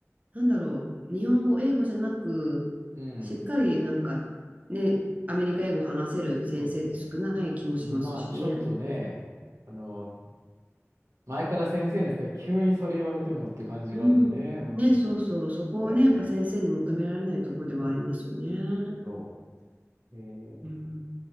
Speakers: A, on the right (about 30°); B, on the right (about 80°).
A: なんだろう、日本語、英語じゃなく、
B: うん、
A: しっかりなんかね、アメリカ英語を話せる先生って少ない気もしますしね。
B: そうだね。うん、まあ、ちょっとね、あの、前から先生の人は急にそれ言われてもって感じはあるよね。
A: うん。
B: うん、
A: ね、そうそう、そこをね、
B: そうだよね。
A: やっぱ先生に求められないところではありますよね。
B: うんそう。えー、
A: うん。だ